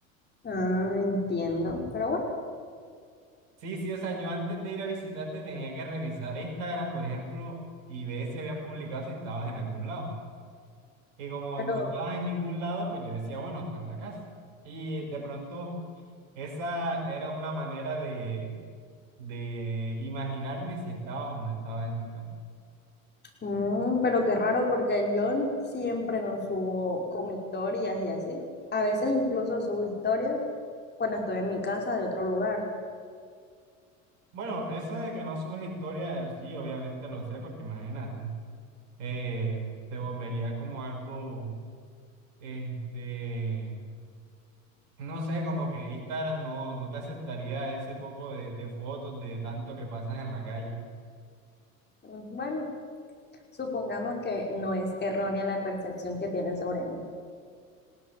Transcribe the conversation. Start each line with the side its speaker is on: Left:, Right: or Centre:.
Left: Ah, entiendo, pero bueno.
Right: Sí, sí, o sea, yo antes de ir a visitarte tenía que revisar Instagram, por ejemplo, y ver si habías publicado si estabas en algún lado. Y como
Left: Pero
Right: no estabas en ningún lado, pues yo decía, bueno, está en la casa. Y de pronto, esa era una manera de, de imaginarme si estabas o no estabas en tu casa.
Left: Mm, pero qué raro porque yo n- siempre no subo como historias y así. A veces incluso subo historias cuando estoy en mi casa de otro lugar.
Right: Bueno, eso de que no subes historia, sí, obviamente lo sé, porque imagínate, eh, te volvería como algo, este No sé, como que Instagram no, no te aceptaría ese poco de, de fotos de tanto que pasas en la calle.
Left: Mm, Bueno, supongamos que no es errónea la percepción que tienen sobre mí.